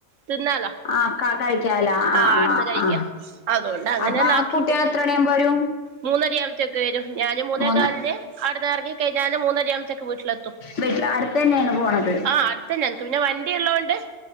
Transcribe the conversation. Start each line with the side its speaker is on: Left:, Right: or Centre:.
Right: തിന്നാലോ
Left: ആഹ് ക കഴിക്കാലോ ആഹ്
Right: ആ ആടുന്ന്
Left: ആഹ്
Right: കഴിക്ക.
Left: ആഹ്
Right: അതോണ്ട് അങ്ങനെ
Left: അപ്പൊ
Right: ല്ലാം
Left: ആ
Right: ആക്കി
Left: കുട്ടികൾ
Right: വി
Left: എത്ര മണിയാകുമ്പോ വരും
Right: മൂന്നര ആവുമ്പത്തേക്ക് വരും ഞാന് മൂന്നേകാലിന്
Left: മൂന്ന്
Right: ആടെന്ന് എറങ്ങി കഴിഞ്ഞാല് മൂന്നര വീട്ടിലെത്തും
Left: വീട്ടില് അടുത്ത് തന്നെയാണ് പോണത്
Right: ആ അടുത്തെന്നെ എനക്ക് പിന്നെ വണ്ടിള്ളൊണ്ട്